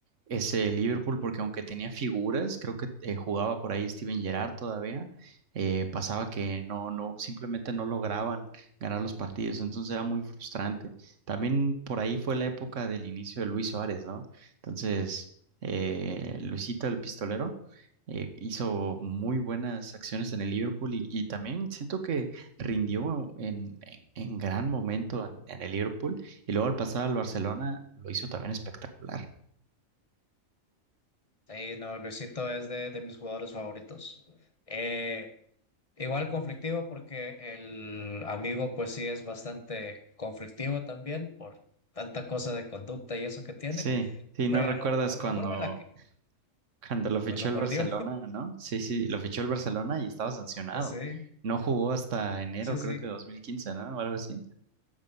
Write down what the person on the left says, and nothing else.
Sí, no, Luisito es de, de mis jugadores favoritos. Eh, Igual conflictivo porque el amigo pues sí es bastante conflictivo también por tanta cosa de conducta y eso que tiene,
pero
la forma en la que,
cuando
mordió,
<laughs> sí,
sí, sí,
sí,